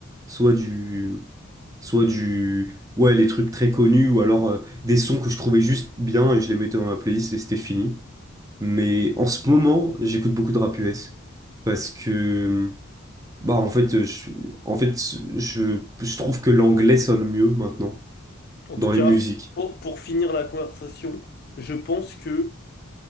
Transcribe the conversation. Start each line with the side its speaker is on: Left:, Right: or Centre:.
Right: soit du, soit du, ouais, les trucs très connus, ou alors euh, des sons que je trouvais juste bien et je les mettais dans ma playlist et c'était fini. Mais en ce moment, j'écoute beaucoup de rap US parce que bah, en fait, euh, je, en fait, je, je trouve que l'anglais sonne mieux maintenant
Left: En
Right: dans
Left: tout cas,
Right: les musiques.
Left: pour, pour finir la conversation, je pense que